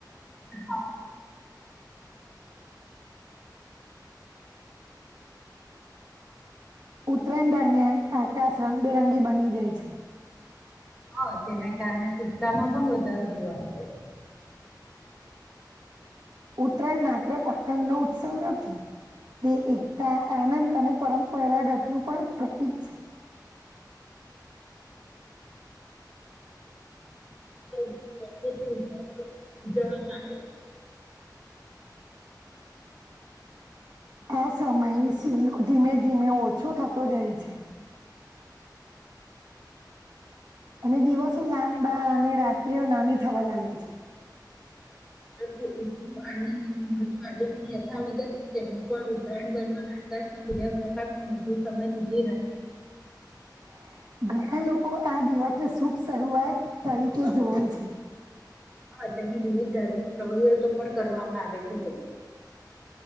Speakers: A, in the centre; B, on the right.
A: હા
B: ઉતરાયણ દરમિયાન આકાશ રંગબેરંગી બની જાય છે
A: હા જેના કારણે ઉત્સાહમાં પણ વધારો જોવા મળે છે
B: ઉત્તરાયણ માત્ર પતંગ નો ઉત્સવ નથી તે એકતા આનંદ અને પરંપરાગતનુંહુ પણ પ્રતીક છે <inaudible>
A: ગણપતિ ઉતસ્વ ઉજવવામાં આવે છે
B: <inaudible> આ સમય શિલો ધીમે ધીમે ઓછો થતો જાય છે. અને દિવસો લાંબા
A: છે.
B: અને રાત્રિઓ નાની થવા લાગે છે.
A: પરંતુ આનંદ અને મહત્વ આજે પણ યથાવત છે. તેમાં પણ ઉતરાયણ દરમિયાન આકાશમાં પણ વધુ સમય સુધી રહે.
B: હ <unintelligible> ઘણા લોકો આ દિવસને શુભ શરૂઆત તરીકે જોવે છે.
A: હા તેની વિવિધ ધાર્મિક પ્રવૃઓ તો પણ કરવામાં આવે છે. તેમાં